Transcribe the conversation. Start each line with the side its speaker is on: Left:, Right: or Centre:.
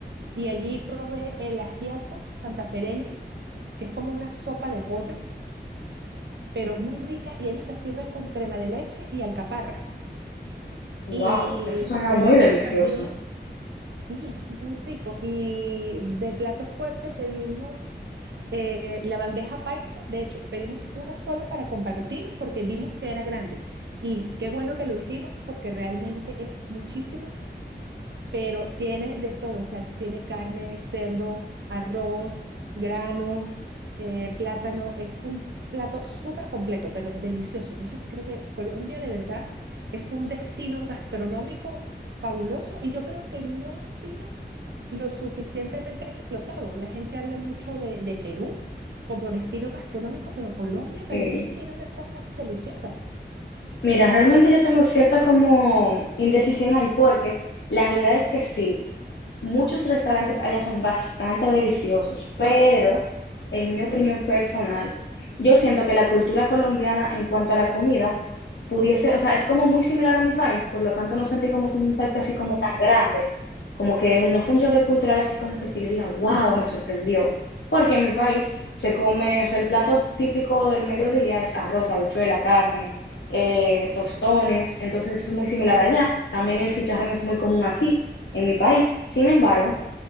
Right: y allí probé el ajiaco santafereño, que es como una sopa de pollo, pero muy rica y ellos la sirven con crema de leche y alcaparras.
Left: Wow,
Right: Y
Left: eso suena
Right: probamos
Left: muy delicioso.
Right: también, sí, es muy rico. Y de plato fuerte pedimos eh, la bandeja paisa. De hecho, pedimos una sola para compartir porque vimos que era grande. Y qué bueno que lo hicimos porque realmente es muchísimo pero tiene de todo, o sea, tiene carne, cerdo, arroz, granos, eh, plátano, es un plato súper completo, pero delicioso. Entonces creo que Colombia de verdad es un destino gastronómico fabuloso y yo creo que no ha sido lo suficientemente explotado. La gente habla mucho de, de Perú como destino gastronómico, pero Colombia también
Left: Sí.
Right: tiene unas cosas deliciosas.
Left: Mira, realmente yo tengo cierta como indecisión ahí porque la realidad es que sí. Muchos restaurantes allá son bastante deliciosos, pero en mi opinión personal, yo siento que la cultura colombiana en cuanto a la comida pudiese, o sea, es como muy similar a mi país, por lo tanto no sentí como que un impacto así como tan grande, como que un- no fue un choque cultural así como que, que yo diga, wow, me sorprendió, porque en mi país se come, o sea, el plato típico del mediodía es arroz, habichuela, carne, eh, tostones, entonces es muy similar allá, también el chicharrón es muy común aquí en mi país. Sin embargo,